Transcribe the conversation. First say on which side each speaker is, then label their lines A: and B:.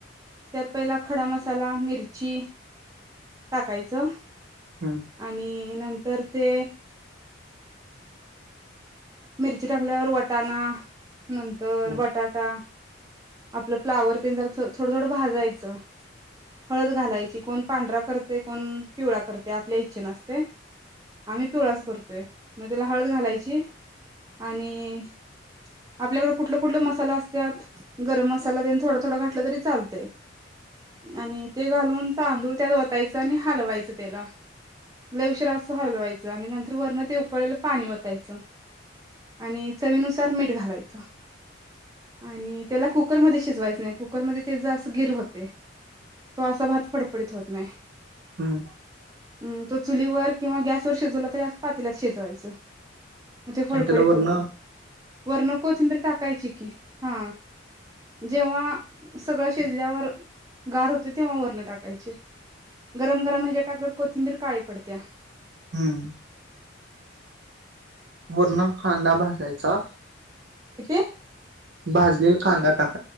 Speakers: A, on the right; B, on the right.
A: त्यात पहिला खडा मसाला मिरची टाकायचं,
B: हम्म
A: आणि नंतर ते मिरची टाकल्यावर वटाणा नंतर
B: आणि
A: बटाटा, आपलं फ्लावरतेन जरा थोडं थोडं भाजायचं. हळद घालायची कोण पांढरा करतयं कोण पिवळा करतय आपल्या इच्छेन असतयं. आम्ही पिवळाच करतोय म त्याला हळद घालायची आणि आपल्याकड कुठलं कुठलं मसालं असत्यात. गरम मसाला तेन थोडं थोडं घातलं तरी चालतंय. आणि ते घालून तांदूळ त्यात ओतायचं आणि हलवायचं तेला लय उशिरा असं हलवाय चं आणि नंतर वरण ते उकळलेलं पाणी वतायचं. आणि चवीनुसा तर मीठ घालायचं. आणि त्याला कुकरमध्ये शिजवायचं नाही, कुकरमध्ये त्याज अस गिर होतय. तो असा भात फड पडीत होत नाही.
B: हम्म.
A: हम तो चुलीवर किंवा गॅसवरर शिजवला तरी अस पितेल्यात शिजवायचं. मग ते फडफडीत
B: त्याला वरण
A: होते नाय, वरण कोथिंबरी टाकायची की हा जेव्हा सगळं शिजल्यावर गार होते तेव्हा वरण टाकायची गरम गरम ह्याच्या टाकल्यावर कोथिंबीर काळी पडत्या.
B: हम्म. वरण खांदा भाजायचा
A: इथे
B: भाजलेला कांदा टाक